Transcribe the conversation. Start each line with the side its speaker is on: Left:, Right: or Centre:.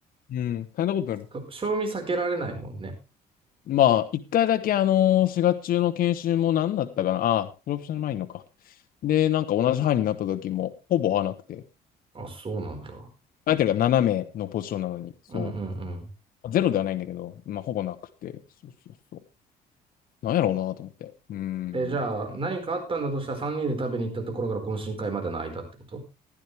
Left: うん、大変なことになる。
Right: と賞味避けられないもんね。
Left: まあ、一回だけあのー、4月中の研修も何だったかな。ああ、プロフェッショナルマインドか。で、なんか同じ班になった時も、ほぼ合わなくて。
Right: あ、そうなんだ。
Left: 相手が斜めのポジションなのに、そ
Right: うんうんうん。
Left: う。ゼロではないんだけど、まあ、ほぼなくて。そうそうそう。なんやろうなと思って。うーん。
Right: え、じゃあ、何かあったんだとしたら3人で食べに行ったところから懇親会までの間ってこと